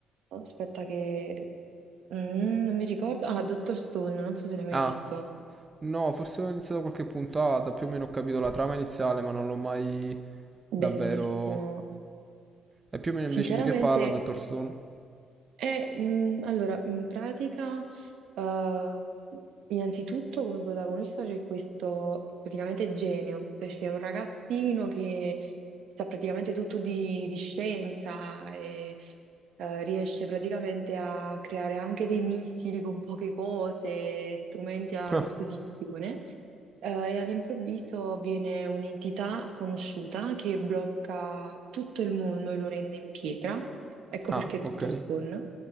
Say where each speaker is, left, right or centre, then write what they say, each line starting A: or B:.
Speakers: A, on the right; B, on the right.
A: aspetta che... Mm, non mi ricordo. Ah, Dottor Stone, non so se l'hai mai
B: Ah,
A: visto.
B: no, forse ho iniziato qualche puntata, più o meno ho capito la trama iniziale, ma non l'ho mai davvero...
A: Bellissimo.
B: E più o meno invece
A: Sinceramente,
B: di che parla, dottor Stone?
A: E, mh, allora, in pratica, eh, innanzitutto come protagonista c'è questo praticamente genio, perché è un ragazzino che sa praticamente tutto di, di scienza e eh, riesce praticamente a creare anche dei missili con poche cose, strumenti a
B: <laughs>
A: disposizione. Eh, e all'improvviso viene un'entità sconosciuta che blocca tutto il mondo e lo rende in pietra. Ecco
B: Ah,
A: perché è detto
B: ok.
A: Stone.